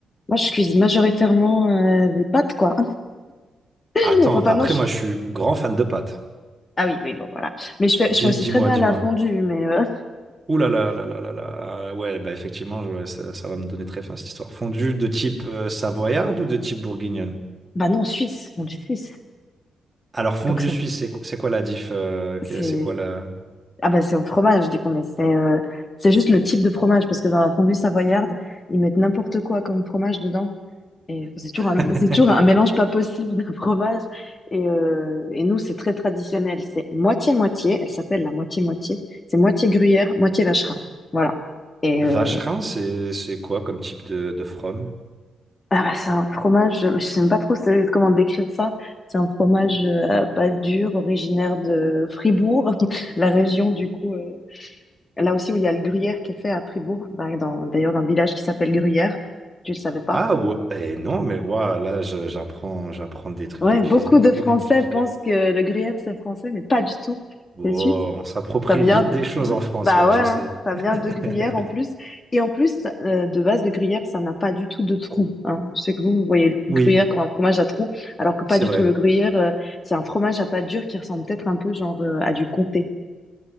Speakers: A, on the left; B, on the right.
A: moi, je cuisine majoritairement euh, des pâtes, quoi. <laughs>
B: Attends,
A: Enfin,
B: après,
A: non, je...
B: moi, je suis grand fan de pâtes.
A: Ah oui, oui, bon, voilà. Mais je fais,
B: Dis,
A: je fais aussi
B: dis-moi,
A: très bien
B: dis-moi.
A: la fondue, mais... euh,
B: Ouh là là là là là là. Ouais, bah effectivement, ouais, ça, ça va me donner très faim cette histoire. Fondue de type euh, savoyarde ou de type bourguignonne?
A: Bah non, suisse, fondue suisse.
B: Alors, fondue
A: Donc, ça,
B: suisse, c'est c'est quoi la diff? euh, que-
A: c'est...
B: c'est quoi la...
A: Ah bah, c'est au fromage, du coup, mais c'est... euh, C'est juste le type de fromage, parce que dans la fondue savoyarde, ils mettent n'importe quoi comme fromage dedans. Et c'est toujours un,
B: <laughs>
A: c'est toujours un mélange pas possible de fromage. Et, euh, et nous, c'est très traditionnel. C'est moitié-moitié. Elle s'appelle la moitié-moitié. C'est moitié gruyère, moitié vacherin. Voilà. Et
B: Vacherin,
A: euh,
B: c'est c'est quoi comme type de, de from?
A: ah bah, c'est un fromage, je sais même pas trop c'est- comment décrire ça. C'est un fromage euh, pas dur, originaire de Fribourg, <laughs> la région du coup. euh, là aussi où il y a le gruyère qui est fait à Fribourg, bah, dans- d'ailleurs dans un village qui s'appelle Gruyère. Tu le savais pas?
B: Ah ouais, eh non, mais ouah, là, je- j'apprends j'apprends des trucs
A: Ouais,
B: de cuisine
A: beaucoup de
B: et
A: Français
B: des petits faits.
A: pensent que le gruyère c'est français, mais pas du tout.
B: Oh,
A: C'est suisse.
B: on s'approprie
A: Ça vient,
B: vite des choses
A: ouais.
B: en France,
A: Bah
B: ouais,
A: ouais,
B: je
A: hein,
B: sais.
A: ça
B: <laughs>
A: vient de gruyère en plus. Et en plus, euh, de base, le gruyère, ça n'a pas du tout de trou. Hein. Je sais que vous, vous voyez le
B: Oui,
A: gruyère comme un fromage à trou, alors que pas
B: c'est
A: du
B: vrai.
A: tout. Le gruyère, euh, c'est un fromage à pâte dure qui ressemble peut-être un peu genre euh, à du comté